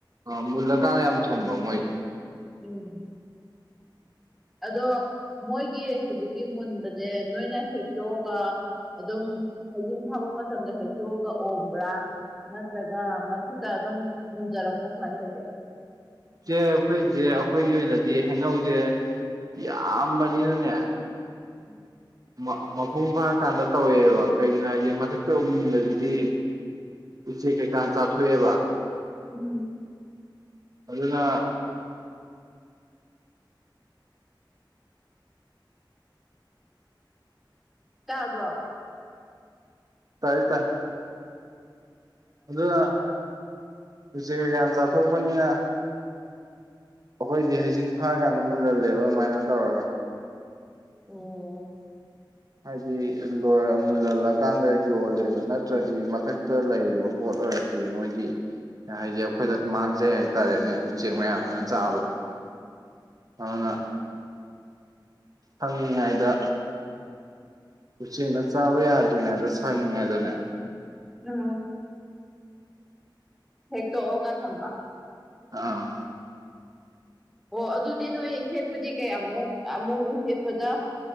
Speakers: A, on the right; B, in the centre.
A: ꯑ ꯃꯨꯜꯂꯀꯥꯟꯗ ꯌꯥꯝ ꯊꯨꯝꯕ ꯃꯣꯏ
B: ꯎꯝ ꯑꯗꯣ ꯃꯣꯏꯒꯤ ꯍꯨꯖꯤꯛꯀꯤ ꯃꯨꯟꯕꯖꯦ ꯅꯣꯏꯅ ꯍꯦꯛꯇꯣꯛꯑꯒ ꯑꯗꯨꯝ ꯍꯩꯖꯤꯡ ꯐꯥꯕ ꯃꯇꯝꯗ ꯍꯦꯛꯇꯣꯛꯑꯒ ꯑꯣꯝꯕ꯭ꯔꯥ ꯅꯠꯇ꯭ꯔꯒ ꯃꯊꯛꯇ ꯑꯗꯨꯝ ꯃꯨꯟꯖꯔꯛꯄꯣ ꯀꯃꯥꯏꯅ ꯇꯧꯒꯦ
A: ꯆꯦ ꯑꯈꯣꯏꯁꯦ ꯑꯈꯣꯏꯒꯤ ꯑꯣꯏꯅꯗꯤ ꯍꯩꯅꯧꯁꯦ ꯌꯥꯝꯕꯅꯤꯅꯅꯦ
B: <unintelligible>
A: ꯃ-ꯃꯄꯨꯡ ꯐꯥꯔꯀꯥꯟꯗ ꯇꯧꯋꯦꯕ ꯀꯩꯒꯤꯅꯣ ꯍꯥꯏꯗꯤ ꯃꯊꯛꯇ ꯃꯨꯟꯕꯖꯤꯗꯤ ꯎꯆꯦꯛ ꯀꯩꯀꯥꯅ ꯆꯥꯊꯣꯛꯑꯦꯕ
B: ꯎꯝ
A: ꯑꯗꯨꯅ
B: ꯇꯥꯕ꯭ꯔꯣ
A: ꯇꯥꯏꯑꯦ ꯇꯥꯏ ꯑꯗꯨꯅ ꯎꯆꯦ ꯀꯩꯀꯥꯅ ꯆꯥꯊꯣꯛꯄꯅꯤꯅ ꯑꯈꯣꯏꯗꯤ ꯍꯩꯖꯤꯡ ꯐꯥꯔꯀꯥꯟꯗ ꯃꯨꯜꯍꯜꯂꯦꯕ ꯑꯗꯨꯃꯥꯏꯅ ꯇꯧꯔꯒ
B: ꯑꯣ
A: ꯍꯥꯏꯗꯤ ꯂꯣꯏꯔ ꯃꯨꯜꯍꯜꯂꯀꯥꯟꯗ ꯌꯣꯜꯂꯦꯕ ꯅꯠꯇ꯭ꯔꯗꯤ ꯃꯊꯛꯇ ꯂꯩꯔꯤꯕ ꯄꯣꯠ ꯑꯣꯏꯔꯗꯤ ꯃꯣꯏꯒꯤ ꯍꯥꯏꯗꯤ ꯑꯩꯈꯣꯏꯗ ꯃꯥꯡꯖꯩ ꯍꯥꯏꯇꯥꯔꯦꯅꯦ ꯎꯆꯦꯛ ꯃꯌꯥꯝꯗꯨꯅ ꯆꯥꯕꯗ ꯑꯗꯨꯅ ꯁꯪꯉꯤꯉꯩꯗ ꯎꯆꯦꯛꯅ ꯆꯥꯕ ꯌꯥꯗ꯭ꯔꯤꯉꯩꯗ ꯁꯪꯉꯤꯉꯩꯗꯅꯦ
B: ꯅꯥ ꯍꯦꯛꯇꯣꯛꯑꯒ ꯊꯝꯕ
A: ꯑꯥ
B: ꯑꯣ ꯑꯗꯨꯗꯤ ꯅꯣꯏ ꯍꯦꯛꯄꯗꯤ ꯀꯌꯥꯃꯨꯛ ꯑꯃꯨꯛ ꯃꯨꯛ ꯍꯦꯛꯄꯗ